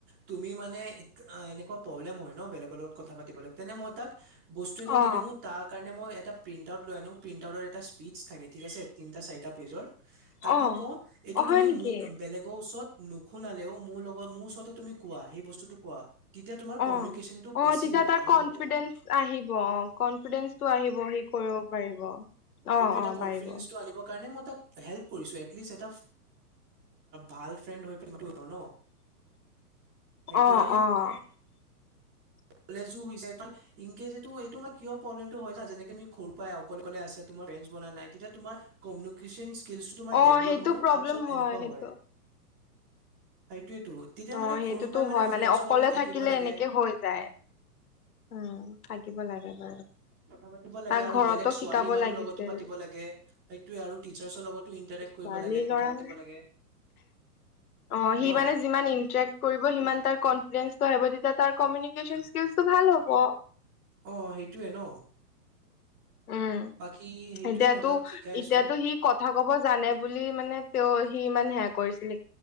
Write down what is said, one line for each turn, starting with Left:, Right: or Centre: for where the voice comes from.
Right: তুমি মানে এত- এনেকুৱা প্ৰব্লেম হয় ন' বেলেগ ৰ লগত কথা পাতিবলৈ। তেনে মই তাক বস্তু এটা
Left: অ
Right: দি দিওঁ । তাৰ কাৰণে মই এটা প্ৰিণ্টাউট লৈ আনোঁ। প্ৰিন্টাউটত এটা স্পিচ থাকে, ঠিক আছে । তিনিটা-চাৰিটা পেজৰ তাক
Left: অ
Right: মই কওঁ, এইটো
Left: অ', হয়
Right: তুমি
Left: নেকি
Right: মো- বেলেগ ওচৰত নুশুনালেও, মোৰ লগত মোৰ ওচৰতে তুমি কোৱা, সেই বস্তুটো কোৱা। তেতিয়া তোমাৰ
Left: অ'।
Right: কমিউনিকেশ্যনটো
Left: অ'
Right: বেছি
Left: তেতিয়া
Right: হ'ব
Left: তাৰ
Right: ভাল
Left: কনফিডেন্স
Right: হ'ব
Left: আহিব। অ' কনফিডেন্সটো আহিব। সি কৰিব পাৰিব।
Right: সেইটো এটা
Left: অ
Right: কনফিডেন্সটো
Left: পাৰিব
Right: আনিব কাৰণে মই তাক হেল্প কৰিছোঁ, এটলিষ্ট এটা ভাল ফ্ৰেন্ড হৈ ন' সেইটোৱে
Left: অ
Right: আৰু
Left: অ <unintelligible>
Right: কলেজো হৈছে কাৰণ এইটো এইটো ম কিয় প্ৰব্লেমটো হৈছে যেনেকে ঘৰ পাই অকল অকলে আছে তোমাৰ। বনা নাই, এতিয়া তোমাৰ কমনিকেচন
Left: অ
Right: ডেভপ
Left: সেইটো
Right: হয়
Left: প্ৰব্লেম
Right: তেনে
Left: সেইটো
Right: হয়। সেইটোয়েতো তেতিয়া
Left: অ
Right: মানে
Left: সেইটোতো
Right: সৰুৰ পৰাই
Left: হয়
Right: ফ্ৰেণ্ডছৰ
Left: মানে অকলে
Right: লগত থাকিব
Left: থাকিলে
Right: লাগে
Left: এনেকে হৈ যায়। উম থাকিব লাগে বাৰু--।
Right: কথা পাতিব লাগে
Left: তাক
Right: আৰু
Left: ঘৰতো
Right: বেলেগ ছোৱালী
Left: শিকাব
Right: মানুহ
Left: লাগিছিল
Right: লগতো পাতিব লাগে সেইটোয়ে আৰু টিচাৰ্চৰ লগতো ইন্টাৰে্।
Left: ছোৱালী
Right: কৰিব লাগ
Left: ল'ৰা
Right: কথা পাতিব
Left: মানে
Right: লাগে।
Left: অ সি
Right: ন
Left: মানে যিমান ইন্টাৰেক্ট কৰিব সিমান তাৰ কনফিডেন্সটো আহিব তেতিয়া । তাৰ কমিউনিক্যন স্কিলছটো ভাল হ'ব।
Right: অ সেইটোৱে ন।
Left: উম
Right: বাকী। সেইটোয়ে
Left: এতিয়াতো
Right: মই তাক শিকাই
Left: এতিয়াতো
Right: আছো
Left: সি কথা কব জানে বুলি মানে তেওঁ সি ইমান হেয়া কৰিছিলে।